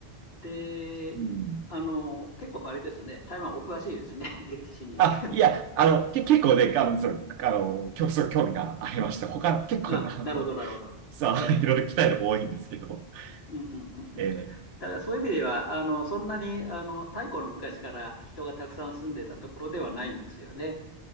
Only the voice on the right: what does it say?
うん。
あ、
いや、あの、け、結構ね、あの、そう、あの、競争興味がありまして、他、結構、
あの、
さあ、
いろいろ来たいの多いんですけど、
え